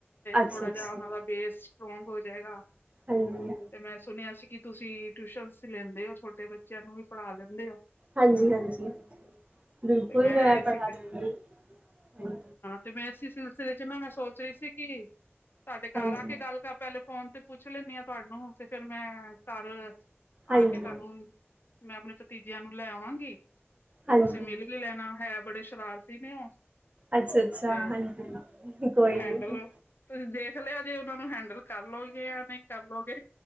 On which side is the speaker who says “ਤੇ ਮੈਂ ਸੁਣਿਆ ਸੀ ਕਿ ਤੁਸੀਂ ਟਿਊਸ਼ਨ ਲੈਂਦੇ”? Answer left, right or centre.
Left